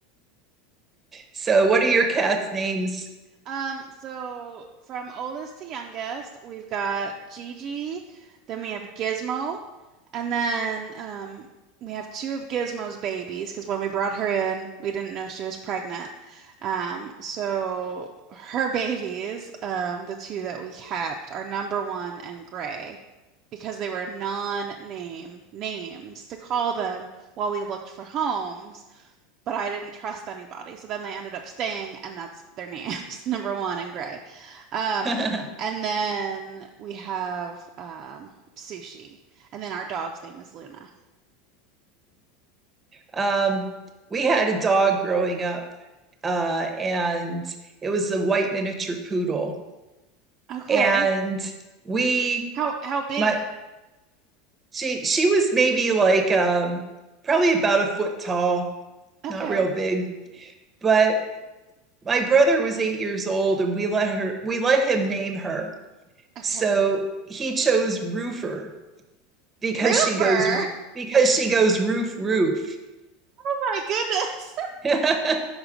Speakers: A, on the right (about 20°); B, on the right (about 40°).
A: So what are your cat's names?
B: Um, so from oldest to youngest, we've got Gigi, then we have Gizmo, and then um, we have two of Gizmo's babies because when we brought her in, we didn't know she was pregnant. Um, so her babies, um, the two that we kept, are number one and Gray because they were non-name names to call them while we looked for homes but I didn't trust anybody. So then they ended up staying, and that's their names, <laughs> number one and Gray. Um,
A: <laughs>
B: and
A: Hmm.
B: then we have um, Sushi, and then our dog's name is Luna.
A: Um, we had a dog growing up, uh, and it was a white miniature poodle.
B: Okay.
A: And we,
B: How how big?
A: my, she, she was maybe like um, probably about a foot tall,
B: Okay.
A: not real big, but my brother was eight years old, and we let her, we let him name her.
B: Okay.
A: So he chose Roofer because
B: Roofer.
A: she goes
B: <laughs>
A: because she goes roof roof.
B: Oh my goodness.
A: <laughs>